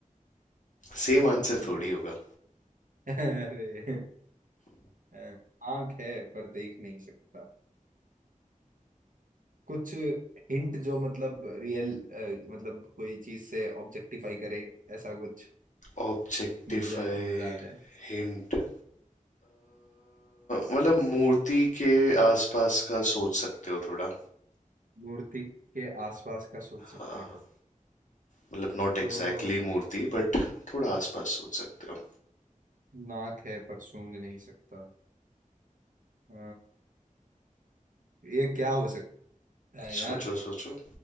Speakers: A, on the left; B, on the right.
A: सेम आंसर
B: नहीं
A: थोड़ी होगा
B: <laughs> अरे अ, आंख है पर देख नहीं सकता कुछ हिंट जो मतलब रियल मतलब कोई चीज से ऑब्जेक्टिफाई करे ऐसा कुछ
A: ऑब्जेक्टिफाई
B: मिल जाए तो मजा आ जाए
A: हिंट मतलब मूर्ति के आसपास का सोच सकते हो थोड़ा
B: मूर्ति के आसपास का सोच सकते
A: हाँ
B: हो
A: मतलब नॉट एग्जैक्टली
B: तो
A: मूर्ति बट थोड़ा आसपास सोच सकते हो
B: नाक है पर सूंघ नहीं सकता अ, ये क्या हो सकता है यार
A: सोचो सोचो